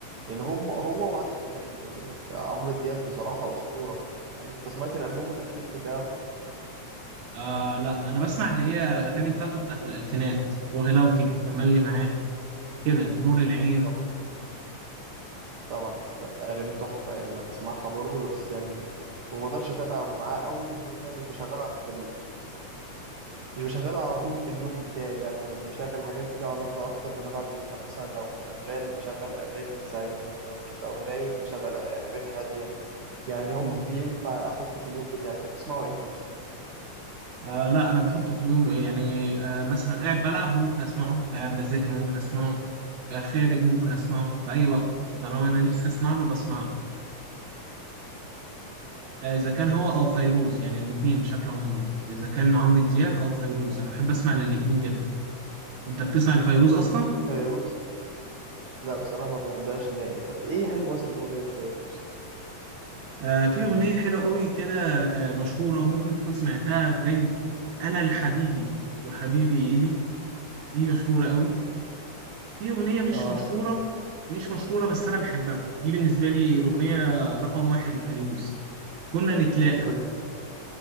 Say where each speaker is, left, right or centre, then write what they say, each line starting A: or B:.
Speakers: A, on the right (about 60°); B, on the right (about 75°).
A: يعني هم هو وعادل إمام يعني عمرو دياب بصراحة أسطورة أنت سمعت الألبوم الأخير بتاعه
B: آه لا انا بسمع اللي هي الاغاني بتاعته بتاعت الالفينات وغلاوتي تملي معاك كده نور العين
A: طب- طبعا أفلا- أغاني تحفة يعني أنا بسمعها برضو بس يعني ما بقدرش أتابع معاه أوي لأن أنا مش بشغلها في مش بشغلها على طول في اليوم بتاعي لا انا يعني بشغل حاجات لها علاقة اكتر بانا بعمل ايه فانا مثلا لو شغال بشغل اغاني تساعدني لو مش لو نايم بشغل اغاني هادية يعني هو
B: مم.
A: مش بينفع احطه في اليوم بتاعي انت بتسمعه امتى مثلا
B: آه لا انا بحط في اليوم يعني آه مثلا قاعد بلعب ممكن اسمعه قاعد بذاكر ممكن اسمعه آه خارج ممكن اسمعه في اي وقت طالما انا نفسي اسمع له بسمعه آه، اذا كان هو او فيروز يعني الاثنين بشكل عمومي اذا كان عمرو دياب او فيروز انا بحب اسمع للاثنين جدا انت بتسمع لفيروز اصلا
A: فيروز لا بصراحة ما بحبهاش نائي طب ايه حلو مثلا لو اغنية الفيروز
B: آه في اغنيه حلوه قوي كده آه مشهوره ممكن تكون سمعتها ترند انا لحبيبي وحبيبي الي دي مشهوره قوي في اغنيه مش
A: اه
B: مشهوره مش مشهوره بس انا بحبها دي بالنسبه لي الاغنيه رقم واحد لفيروز كنا نتلاقى
A: قولي